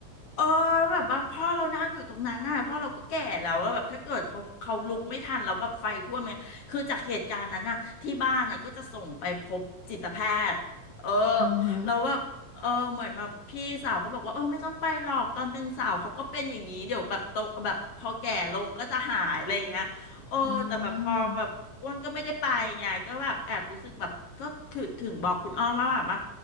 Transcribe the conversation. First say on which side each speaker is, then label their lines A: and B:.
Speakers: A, on the left; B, on the left.
A: เออแบบว่าพ่อเรานั่งอยู่ตรงนั้นน่ะพ่อเราก็แก่แล้วแล้วแบบถ้าเกิดเขาเขาลุกไม่ทันแล้วแบบไฟท่วมเนี่ยคือจากเหตุการณ์นั้นน่ะที่บ้านน่ะก็จะส่งไปพบจิตแพทย์เออ
B: อือหือ
A: แล้วแบบเออเหมือนมาพี่สาวก็บอกว่าเออไม่ต้องไปหรอกตอนเป็นสาวเขาก็เป็นอย่างนี้เดี๋ยวแบบโตแบบพอแก่ลงก็จะหายอะไรอย่างเงี้ย โอ้แต่แบบพอแบบอ้วนก็ไม่ได้ไปไงก็แบบแอบรู้สึกแบบก็คือถึงบอกคุณอ้อมว่าแบบว่า
B: อืม